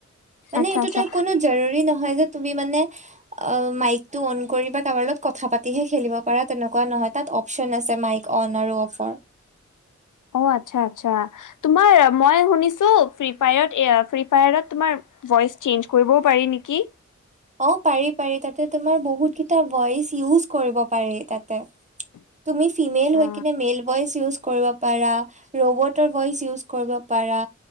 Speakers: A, on the right; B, on the left.
A: মানে
B: আচ্ছা
A: এইটোতো
B: আচ্ছা
A: কোনো জৰুৰী নহয় যে তুমি মানে অঁ মাইক টো অন কৰি বা কাৰবাৰ লগত কথা পাতিহে খেলিব পাৰা তেনেকুৱা নহয় তাত অপচন আছে। আছে মাইক অন আৰু অফৰ
B: অঃ আচ্ছা আচ্ছা তোমাৰ মই শুনিছো হু ফ্ৰী ফাঁইৰত তোমাৰ ভইচ চেঞ্জ কৰিব পাৰে নেকি
A: অঁ পাৰি পাৰি তাতে তোমাৰ বহুতকেইটা ভইচ ইউজ কৰিব পাৰি তাতে
B: <inaudible>
A: তুমি ফিমেল হৈ
B: অ
A: কিনে মেল ভইচ ইউজ কৰিব পাৰা ৰবৰ ভইচ ইউজ কৰিব পাৰা